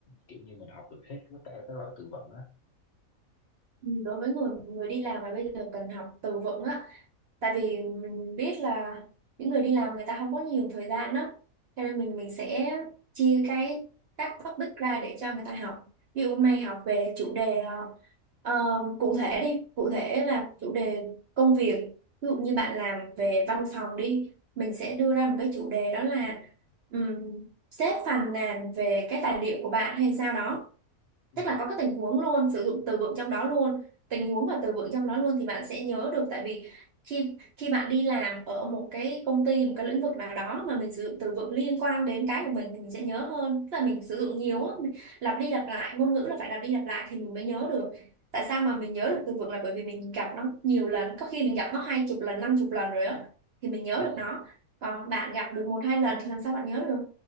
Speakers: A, on the left; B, on the right.
A: kiểu như mình học được hết tất cả các loại từ vựng á
B: Ừ, đối với người người đi làm mà bây giờ cần học từ vựng á tại vì mình biết là những người đi làm người ta không có nhiều thời gian đó cho nên mình mình sẽ chia cái các topic ra để cho người ta học ví dụ mày học về chủ đề ờ, ờ, cụ thể đi cụ thể là chủ đề công việc ví dụ như bạn làm về văn phòng đi mình sẽ đưa ra một cái chủ đề đó là um, sếp phàn nàn về cái tài liệu của bạn hay sao đó
A: ừ
B: tức là có cái tình huống luôn sử dụng từ vựng trong đó luôn tình huống và từ vựng trong đó luôn thì bạn sẽ nhớ được tại vì khi khi bạn đi làm ở một cái công ty một cái lĩnh vực nào đó mà mình sử dụng từ vựng liên quan đến cái của mình thì mình sẽ nhớ hơn tức là mình sử dụng nhiều á mình lặp đi lặp lại ngôn ngữ là phải lặp đi lặp lại thì mình mới nhớ được tại sao mà mình nhớ được từ vựng là bởi vì mình gặp nó nhiều lần có khi mình gặp nó hai chục lần năm chục lần rồi á thì mình nhớ
A: ừ
B: được nó còn bạn gặp được một hai lần thì làm sao bạn nhớ được